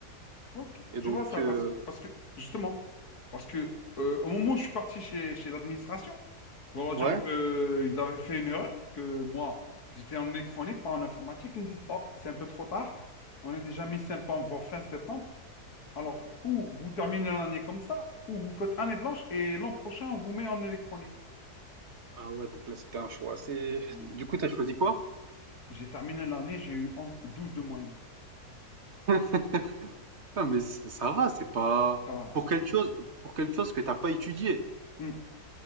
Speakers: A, on the left; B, on the right.
A: Ok.
B: Et
A: Je
B: donc,
A: vois ça
B: euh,
A: parce que, parce que justement, parce que euh, au moment où je suis parti chez, chez l'administration, Pour leur
B: ouais.
A: dire qu'ils avaient fait une erreur, que moi, j'étais en électronique, pas en informatique. Ils me disent, oh, c'est un peu trop tard. On est déjà mi-septembre, voire fin septembre. Alors, ou vous terminez l'année comme ça, ou vous faites année blanche et l'an prochain, on vous met en électronique.
B: Ah ouais, donc là, c'était un choix assez...
A: Voilà.
B: Du coup, t'as choisi quoi?
A: J'ai terminé l'année, j'ai eu 11 12 de moyenne.
B: <laughs> Ah, mais ça, ça va, c'est pas...
A: Ça va.
B: Pour quelque chose, pour quelque chose que t'as pas étudié.
A: Hmm.